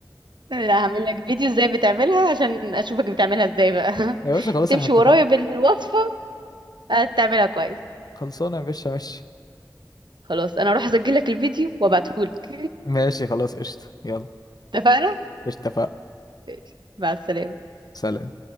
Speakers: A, on the right; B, on the left.
A: لا هعمل لك فيديو ازاي بتعملها عشان اشوفك بتعملها ازاي بقى
B: يا
A: <laughs>
B: باشا خلاص
A: هتمشي
B: احنا اتفقنا
A: ورايا بالوصفة هتعملها كويس
B: خلصانه يا باشا ماشي
A: خلاص انا اروح اسجل لك الفيديو وابعتهولك
B: ماشي خلاص قشطه يلا
A: <laughs> اتفقنا
B: قشطة، اتفقنا
A: ماشي، مع السلامة
B: سلام